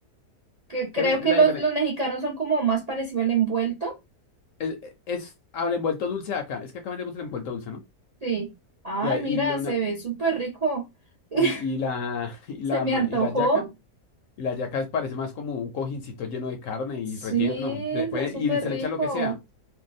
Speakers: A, on the right; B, on the left.
A: que creo
B: Que mi-
A: que
B: la
A: los,
B: diferencia
A: los mexicanos son como más parecidos al envuelto.
B: es, es, ah, el envuelto dulce acá, es que acá vendemos el envuelto dulce, ¿no?
A: Sí. Ay,
B: Y, ahí-
A: mira,
B: y, lo- una-
A: se ve súper rico. <laughs>
B: y, y la, <laughs> y
A: Se
B: la,
A: me
B: ma-
A: antojó.
B: y la yaca. Y la yaca es- parece más como un cojincito lleno de carne y
A: Sí,
B: relleno. Le puede-
A: es súper
B: y se
A: rico.
B: le echa lo que sea.